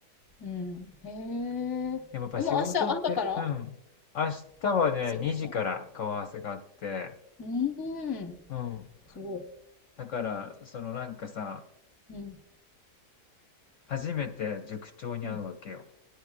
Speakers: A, on the left (about 20°); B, on the left (about 65°).
A: うん。へえ。
B: でもやっぱ仕事って、
A: え、もう明日朝から
B: うん。明日はね、
A: あの、すいません。
B: 2時から顔合わせがあって、
A: うーん。
B: うん。
A: すごい。
B: だから、そのなんかさ、
A: うん。
B: 初めて塾長に会うわけよ。
A: うん